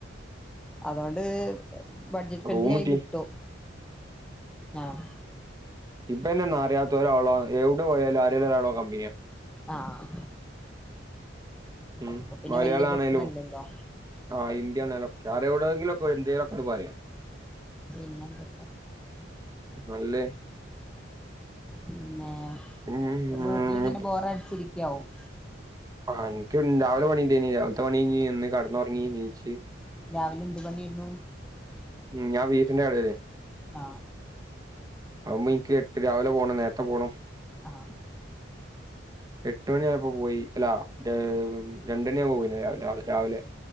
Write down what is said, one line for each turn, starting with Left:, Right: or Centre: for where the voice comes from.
Centre: അതൊണ്ട് ബഡ്ജറ്റ് ഫ്രെന്റിലായി
Right: റൂം കിട്ടി
Centre: കിട്ടും ആഹ്
Right: ഇപ്പന്നെ എന്ന അറിയാത്ത ഒരാളോ എവിടെ പോയാലും ആരെലും ഒരാളോ <unintelligible>
Centre: ആഹ്
Right: മ്
Centre: അപ്പൊ പിന്നെ
Right: മലയാളം
Centre: വല്യ പ്രശ്നല്ലല്ലോ
Right: ആണേലും ആഹ് ഹിന്ദി ആണേലും ക്കെ ആരവിടെ എന്തെങ്കിലൊക്കെ എന്തേലും ഒക്കെങ്ങട് പറയ
Centre: പിന്നെന്തൊക്കെ
Right: നല്ല
Centre: പിന്നെ
Right: ഉം
Centre: <unintelligible> വീട്ടിലിങ്ങനെ ബോറടിച്ചിരിക്കാവും
Right: ആ നിക്ക് രാവിലെ പണിണ്ടേനി രാവിലത്തെ പണി ഴിഞ്ഞ് വന്ന് കെടന്നുറങ്ങി ണീച്ച്
Centre: രാവിലെ എന്ത് പണിയാരുന്നു
Right: മ് ഞാൻ ബീഫിന്റെ കടേല്
Centre: ആഹ്
Right: ആവുമ്പോ എനിക്ക് എട്ട് രാവിലെ പോണം നേരത്തെ പോണം
Centre: ആഹ്
Right: എട്ട് മണിയായപ്പോ പോയി അല്ല ഏഹ് രണ്ടിന് പോയിണ് രാവ് രാവ് രാവിലെ